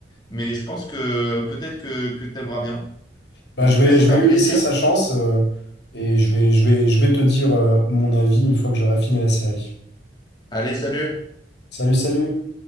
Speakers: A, on the left (about 25°); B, on the left (about 65°).
A: mais je pense que peut-être que, que t'aimeras bien.
B: Bah,
A: En
B: je
A: tout
B: vais,
A: cas, c'était
B: je vais
A: un
B: lui
A: plaisir.
B: laisser sa chance euh, et je vais, je vais, je vais te dire euh, mon avis une fois que j'aurai fini la série.
A: Allez, salut!
B: Salut, salut!